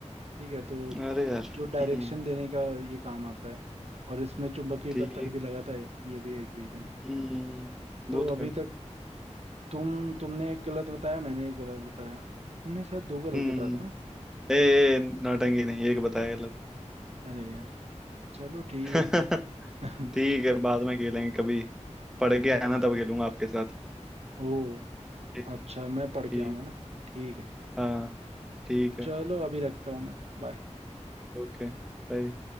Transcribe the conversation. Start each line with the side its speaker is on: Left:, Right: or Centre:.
Right: ठीक है तो
Centre: अरे यार
Right: जो डायरेक्शन
Centre: हम्म
Right: देने का ये काम आता है और इसमें चुंबकीय
Centre: ठीक
Right: पत्थर भी लगा था ये भी एक रीजन है
Centre: हम्म
Right: तो
Centre: वो
Right: अभी
Centre: तो है
Right: तक तुम तुमने एक गलत बताया मैंने एक गलत बताया तुमने शायद दो
Centre: हम्म
Right: गलत बताया था ना
Centre: ए नौटंकी नहीं एक बताया गलत
Right: अरे यार चलो ठीक
Centre: <laughs> ठीक
Right: है <laughs>
Centre: है बाद में खेलेंगे कभी पढ़ के
Right: हाँ।
Centre: आना तब खेलूंगा आपके साथ
Right: ओ
Centre: ठीक
Right: अच्छा मैं पढ़
Centre: ठीक
Right: के आऊंगा ना ठीक है
Centre: हाँ ठीक है
Right: चलो अभी रखता हूँ मैं बाय
Centre: ओके बाय